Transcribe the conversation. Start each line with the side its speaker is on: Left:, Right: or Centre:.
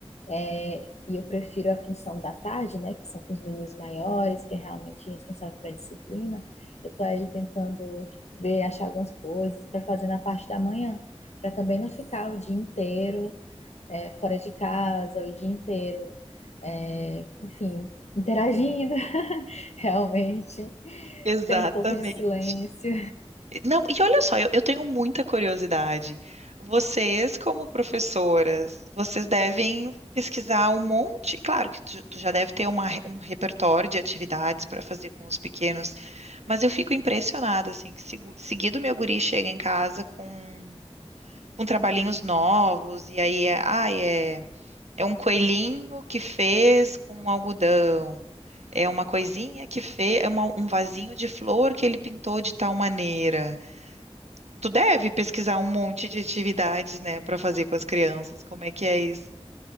Left: É, e eu prefiro a função da tarde, né, que são com os meninos maiores, que é realmente responsável pela disciplina. Eu estou aí tentando ver, achar algumas coisas para fazer na parte da manhã, para também não ficar o dia inteiro é, fora de casa, o dia inteiro, é, enfim, interagindo, <laughs> realmente,
Right: Exatamente.
Left: ter um pouco de silêncio.
Right: Não, e olha só, eu, eu tenho muita curiosidade. Vocês, como professoras, vocês devem pesquisar um monte. Claro que tu, tu já deve ter uma re- um repertório de atividades para fazer com os pequenos, mas eu fico impressionada, assim, que segu- seguido meu guri chega em casa com, com trabalhinhos novos, e aí é, ai, é, é um coelhinho que fez com algodão. É uma coisinha que fez, é uma- um vasinho de flor que ele pintou de tal maneira. Tu deve pesquisar um monte de atividades, né, para fazer com as crianças. Como é que é isso?